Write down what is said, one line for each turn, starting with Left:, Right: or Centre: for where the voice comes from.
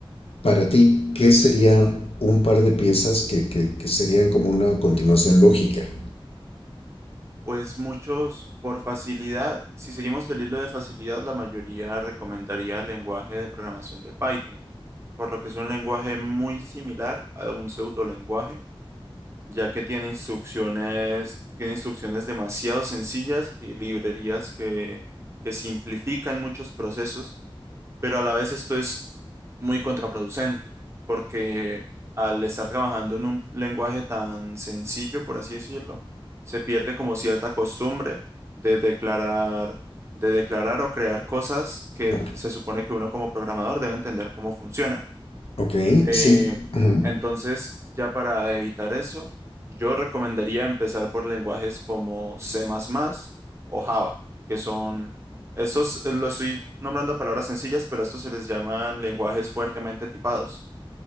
Left: para ti, ¿qué serían un par de piezas que, que- que serían como una continuación lógica?
Right: Pues muchos, por facilidad, si seguimos el hilo de facilidad, la mayoría recomendaría el lenguaje de programación de Python, por lo que es un lenguaje muy similar a un pseudolenguaje, ya que tiene instrucciones, tiene instrucciones demasiado sencillas y librerías que, que simplifican muchos procesos, pero a la vez esto es muy contraproducente, porque al estar trabajando en un lenguaje tan sencillo, por así decirlo, se pierde como cierta costumbre de declarar, de declarar o crear cosas que
Left: Ok,
Right: se supone que uno como programador debe entender cómo funcionan.
Left: ok,
Right: Eh,
Left: sí. ujú,
Right: entonces, ya para evitar eso, yo recomendaría empezar por lenguajes como C++ o Java, que son, estos eh, lo estoy nombrando palabras sencillas, pero estos se les llaman lenguajes fuertemente tipados,